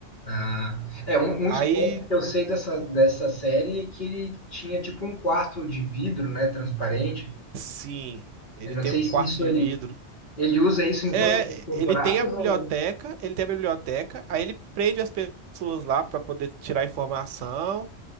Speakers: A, on the left (about 45°); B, on the right (about 80°).
A: Ah, é um, um
B: Aí,
A: spoiler que eu sei dessa,
B: hum,
A: dessa série é que ele tinha tipo um quarto de vidro, né, transparente.
B: sim, ele
A: Eu não
B: tem
A: sei
B: um quarto
A: se isso
B: de
A: ele,
B: vidro.
A: ele usa isso em
B: É,
A: todas as temporadas
B: ele tem a biblioteca,
A: ou.
B: ele tem a biblioteca, aí ele prende as pessoas lá pra poder tirar informação